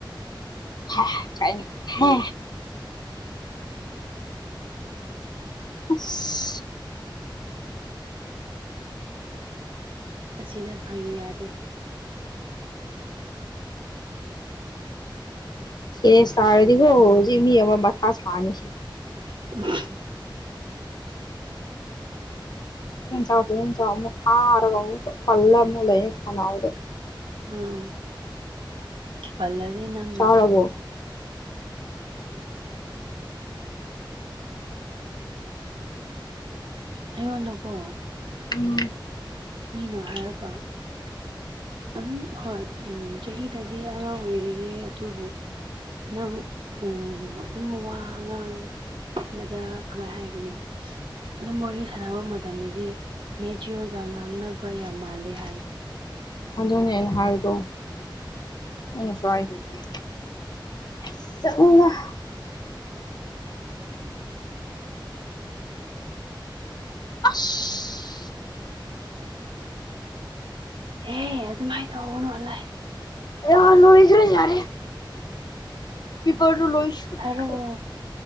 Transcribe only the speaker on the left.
ꯍꯥꯍ ꯀꯥꯏꯅ ꯍꯦ ꯑꯁ
ꯁꯦꯔꯦꯁ ꯇꯥꯔꯗꯤꯀꯣ ꯍꯧꯖꯤꯛ ꯃꯤ ꯑꯃ ꯃꯊꯥ ꯁꯥꯅꯤꯁꯦ
ꯐꯖꯅ ꯆꯥꯎ ꯐꯖꯅ ꯆꯥꯎ ꯑꯃꯨꯛ ꯍꯥꯔꯒ ꯑꯃꯨꯛꯀ ꯄꯜꯂ ꯑꯃꯨꯛ ꯂꯩꯅꯤ ꯈꯅꯥꯎꯗ
ꯆꯥꯔꯕꯣ
ꯎꯝ
ꯑꯗꯨꯅꯦ ꯑꯩꯅ ꯍꯥꯏꯗꯣ ꯑꯩꯅꯁꯨ ꯍꯥꯏꯗꯨꯗꯤ <unintelligible> ꯑꯁ
ꯑꯌꯥ ꯂꯣꯏꯈ꯭ꯔꯦ ꯌꯥꯔꯦ ꯄꯤꯄꯔꯗꯨ ꯂꯣꯏ ꯁꯨꯞꯈ꯭ꯔꯦ